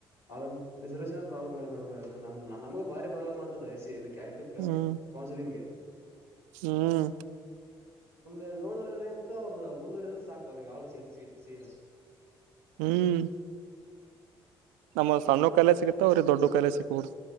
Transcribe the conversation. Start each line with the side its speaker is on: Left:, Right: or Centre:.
Left: ಅದ ರಿಸರ್ವೇಷನ್ ಪ್ರಾಬ್ಲಮ್ಲ್ಲ ನೋಡ್ಬ ನಮ್ ನಮಗ ಬಾರಿ ಪ್ರಾಬ್ಲಮ್ ಆತದೆ ಇದ ಎಸಿ ಕ್ಯಾ ಐದಕ್ಕ
Right: ಹ್ಮ್
Left: ಕೌನ್ಸಿಲಿಂಗ್ಗೆ
Right: ಹ್ಮ್
Left: ನಮ್ದು ಏಳನೂರ್ ರಾಂಕ್ ಅವ್ರದ್ದ ಮುಂದೂರ ಎಲ್ಲ ಸಾಕ ಅವ್ರಿಗೆ ಅವರು ಸೀ ಸೀಟ ಶೀರ
Right: ಹ್ಮ್ ನಮವ ಸಣ್ಣ ಕಾಲೇಜು ಸಿಗತ್ತವ ಅವ್ರ ದೊಡ್ಡ ಕಾಲೇಜು ಸಿಕ್ಬಿಡು